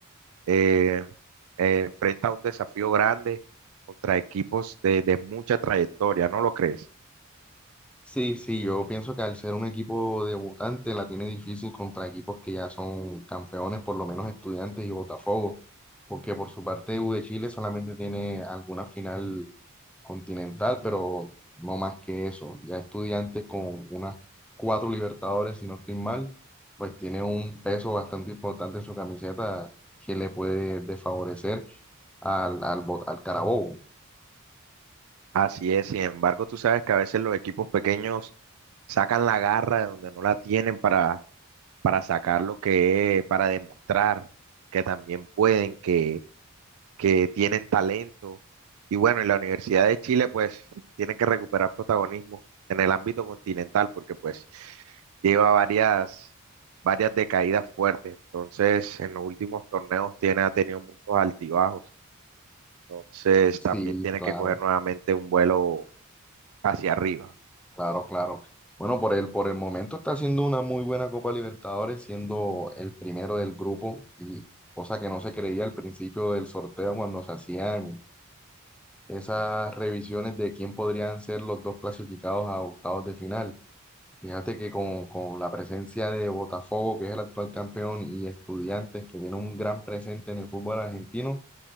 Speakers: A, on the right; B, in the centre.
A: Eh, eh, enfrenta un desafío grande contra equipos de, de mucha trayectoria, ¿no lo crees?
B: Sí, sí, yo pienso que al ser un equipo debutante la tiene difícil contra equipos que ya son campeones, por lo menos Estudiantes y Botafogo, porque por su parte U de Chile solamente tiene alguna final continental, pero no más que eso. Ya Estudiantes con unas cuatro Libertadores, si no estoy mal, pues tiene un peso bastante importante en su camiseta que le puede desfavorecer al, al, Bo- al Carabobo.
A: Así es, sin embargo, tú sabes que a veces los equipos pequeños sacan la garra de donde no la tienen para para sacar lo que es, para demostrar que también pueden, que, que tienen talento. Y bueno, en la Universidad de Chile pues tienen que recuperar protagonismo en el ámbito continental porque pues lleva varias, varias decaídas fuertes. Entonces, en los últimos torneos tiene, ha tenido muchos altibajos. Entonces,
B: Sí,
A: también tiene
B: claro.
A: que coger nuevamente un vuelo hacia arriba.
B: Claro, claro. Bueno, por el, por el momento está haciendo una muy buena Copa Libertadores, siendo el primero del grupo, y cosa que no se creía al principio del sorteo cuando se hacían esas revisiones de quién podrían ser los dos clasificados a octavos de final. Fíjate que con, con la presencia de Botafogo, que es el actual campeón, y Estudiantes, que tiene un gran presente en el fútbol argentino,